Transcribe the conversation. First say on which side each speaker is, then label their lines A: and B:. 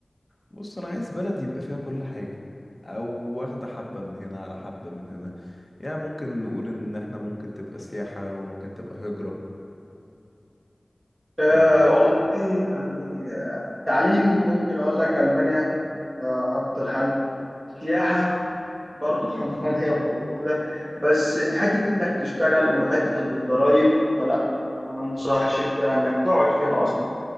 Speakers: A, on the left (about 20°); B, on the right (about 30°).
A: بص انا عايز بلد يبقى فيها كل حاجه او واخده حبه من هنا على حبه من هنا يعني ممكن نقول ان احنا ممكن تبقى سياحه وممكن تبقى هجره
B: آه،
A: ف
B: والله يعني تعليم ممكن اقول لك المانيا ده افضل حل سياحة برضو <laughs> المانيا موجودة بس حتة انك تشتغل وحتة الضرايب فلا ما ما انصحش فيها انك تقعد فيها اصلا